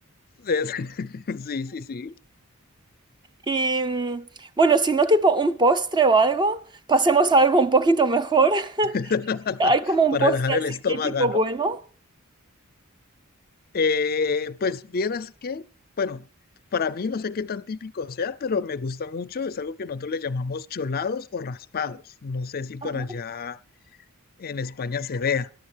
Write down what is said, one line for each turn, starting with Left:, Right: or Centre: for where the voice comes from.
Left: es- <laughs> sí, sí, sí.
Right: Y mm, bueno, si no tipo un postre o algo, pasemos a algo un poquito mejor. <laughs>
Left: <laughs>
Right: ¿Hay como un
Left: Para
Right: postre
Left: relajar
Right: así
Left: el estómago,
Right: típico
Left: ¿no?
Right: bueno?
Left: Eh, pues vieras que, bueno, para mí no sé qué tan típico sea, pero me gusta mucho. Es algo que nosotros le llamamos cholados o raspados. No sé si por
Right: Ajá.
Left: allá en España se vea.